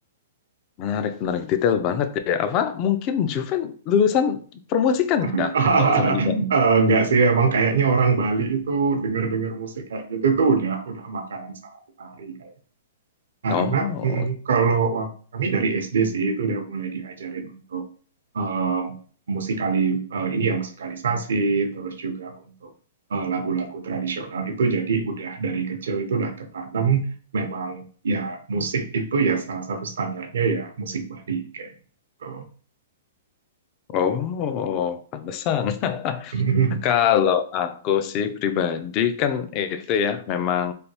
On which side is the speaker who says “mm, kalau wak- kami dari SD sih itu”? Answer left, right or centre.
Right